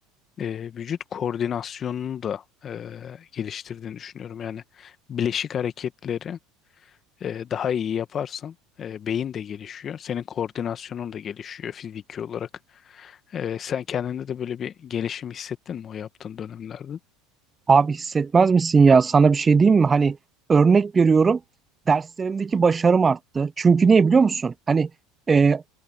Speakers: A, on the left; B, on the right.
A: e, vücut koordinasyonunu da e, geliştirdiğini düşünüyorum. Yani bileşik hareketleri e, daha iyi yaparsan e, beyin de gelişiyor. Senin koordinasyonun da gelişiyor fiziki olarak. E, sen kendinde de böyle bir gelişim hissettin mi o yaptığın dönemlerde?
B: Abi hissetmez misin ya? Sana bir şey diyeyim mi? Hani örnek veriyorum. Derslerimdeki başarım arttı. Çünkü niye biliyor musun? Hani e,